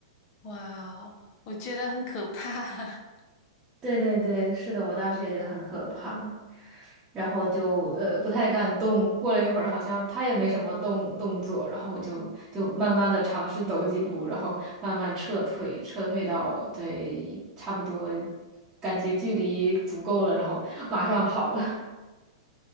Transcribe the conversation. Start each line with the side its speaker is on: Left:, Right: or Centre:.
Left: 哇哦，我觉得很可怕。<laughs>
Right: 对对对，是的，我当时也觉得很可怕。然后就呃不太敢动。过了一会儿，好像他也没什么动动作，然后我就就慢慢的尝试走几步，然后慢慢撤退，撤退到对差不多，感觉距离足够了，然后马上跑了。